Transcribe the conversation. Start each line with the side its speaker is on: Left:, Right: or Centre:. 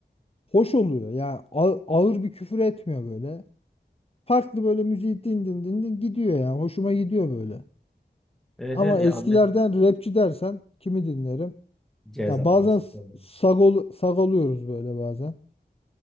Left: Hoş oluyor. Ya a- ağır bir küfür etmiyor böyle. farklı böyle müziği din din din din gidiyor yani. Hoşuma gidiyor böyle.
Centre: Evet
Left: Ama
Centre: evet ya
Left: eskilerden
Centre: Ahmet.
Left: rapçi dersen kimi dinlerim?
Centre: Cezalar.
Left: Ya bazen
Centre: sıkıyorum.
Left: s- sagol, sagoluyoruz böyle bazen.